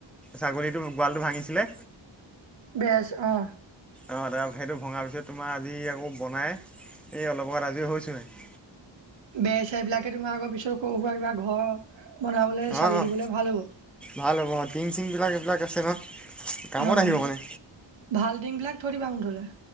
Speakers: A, in the centre; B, on the right.
A: ছাগলীটো গোৱালটো ভাঙিছিলে
B: বেছ অ
A: অঁ দাদা সেইটো ভঙাৰ পিছত তোমাৰ আজি আকৌ বনাই এই অলপ আত আজিও হৈছোঁহে
B: বেচ এইবিলাকে তোমাৰ আগৌ পিছত সৰু সুৰা কিবা ঘৰ বনাবলৈ
A: অঁ
B: চালি
A: অঁ
B: দিবলৈ ভাল হ'ব
A: ভাল হ'ব টিং চিং বিলাক এইবিলাক আছে ন কামত
B: অঁ
A: আহিব মানে।
B: ভালটিংবিলাক ধৰিবা মুঠলে